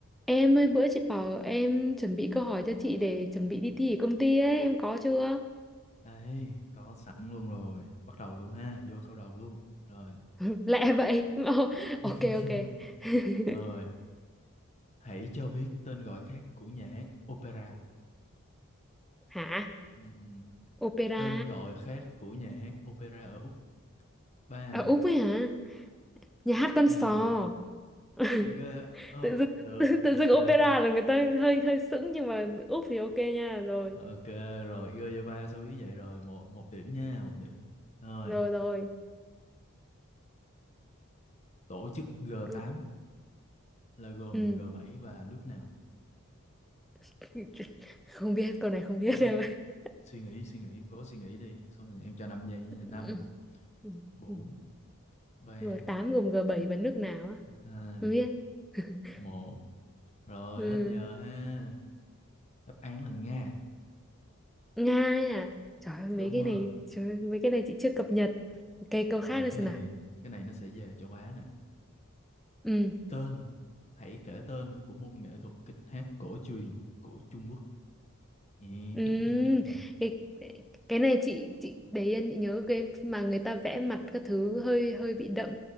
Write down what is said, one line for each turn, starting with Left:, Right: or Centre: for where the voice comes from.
Centre: Em ơi bữa chị bảo em chuẩn bị câu hỏi cho chị để chuẩn bị đi thi ở công ty ấy, em có chưa?
Left: Đây, có sẵn luôn rồi. Bắt đầu luôn ha, vô câu đầu luôn. Rồi.
Centre: <laughs> Lẹ vậy. Ờ, Ok
Left: <laughs>
Centre: ok. <laughs>
Left: Rồi, hãy cho biết tên gọi khác của nhà hát opera.
Centre: Hả?
Left: Ừm,
Centre: Opera.
Left: Tên gọi khác của nhà hát opera ở Úc. Ba.
Centre: À, Úc ấy hả? Nhà hát con
Left: He.
Centre: sò. <laughs>
Left: Gì ghê? Ờ,
Centre: Tự dưng
Left: được.
Centre: tự, tự
Left: Ok.
Centre: dưng opera là người ta hơi hơi sững nhưng mà Úc thì ok nha. Rồi.
Left: Ok rồi, Gojava số biết vậy rồi, một một điểm nha, một điểm. Rồi,
Centre: Rồi rồi.
Left: tổ chức g
Centre: Cứ-
Left: tám là gồm
Centre: Ừ.
Left: g bảy và nước nào?
Centre: <laughs> Không biết câu này không
Left: Ừm,
Centre: biết em ơi.
Left: Suy nghĩ, suy nghĩ, cố suy nghĩ đi. Số này em cho 5 giây nha.
Centre: Ừ.
Left: năm bốn
Centre: Ừ.
Left: ba
Centre: G8 <laughs> gồm g bảy và nước nào á?
Left: hai
Centre: Không biết. <laughs>
Left: một rồi
Centre: Ừ.
Left: hết giờ ha đáp án là Nga
Centre: Nga ấy à trời ơi, mấy
Left: đúng
Centre: cái
Left: rồi
Centre: này trời ơi, mấy cái này chị chưa cập nhật cái câu
Left: rồi
Centre: khác nữa
Left: cái
Centre: xem
Left: này
Centre: nào
Left: cái này nó sẽ về châu Á nè
Centre: ừ
Left: tên hãy kể tên của môn nghệ thuật kịch hát cổ truyền của Trung Quốc <laughs>
Centre: ừ cái cái cái này chị chị để yên chị nhớ game mà người ta vẽ mặt các thứ hơi hơi bị đậm